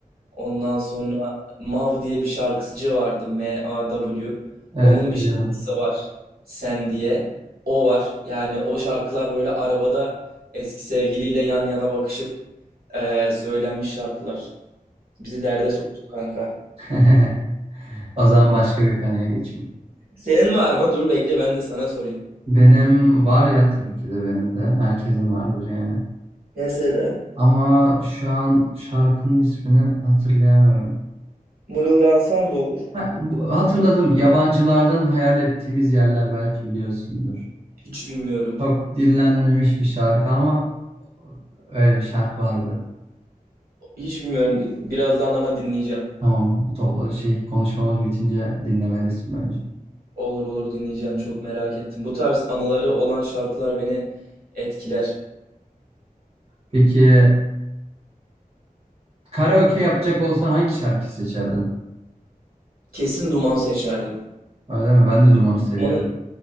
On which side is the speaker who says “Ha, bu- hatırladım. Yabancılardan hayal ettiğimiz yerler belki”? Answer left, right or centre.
Right